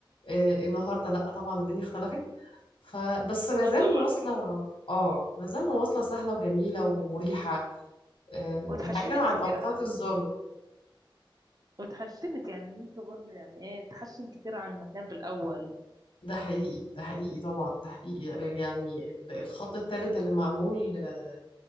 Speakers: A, on the left (about 80°); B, on the right (about 45°).
A: آه، النهاردة لا طبعا الدنيا اختلفت فبس ما
B: اه
A: زال
B: طبعا
A: مواصلة اه ما زال مواصلة سهلة وجميلة ومريحة آه،
B: واتحسنت
A: بعيدا عن
B: كتير
A: أوقات
B: على فكره
A: الذروة
B: واتحسنت يعني المترو برضه يعني ايه اتحسن كتير عن ما كان في الاول
A: ده حقيقي ده حقيقي طبعا ده حقيقي يعني ال- الخط الثالث اللي معمول آه،